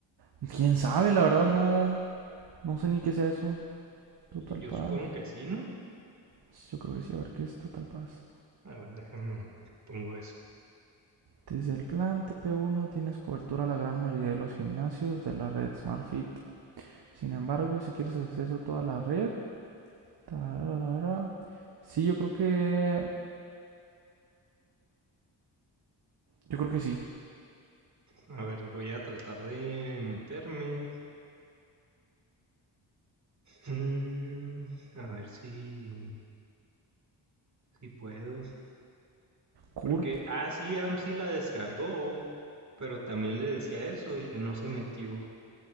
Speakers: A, on the right (about 55°); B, on the right (about 35°).
A: Pues, ¿Quién sabe? La verdad no... No sé ni qué sea eso. Total
B: Y yo
A: Paz.
B: supongo que sí, ¿no?
A: Pues, Yo creo que sí, a ver qué es Total Pass.
B: A ver, déjame, pongo eso.
A: Desde el plan TP1 tienes cobertura a la gran mayoría de los gimnasios de la red SmartFit. Sin embargo, si quieres acceso a toda la red, tararara. sí, yo creo que yo creo que sí.
B: A ver, voy a tratar de meterme. Mm, a ver si, si puedo.
A: Curb,
B: Porque, ah, sí, AMSI la descargó, pero también le decía eso y no se metió.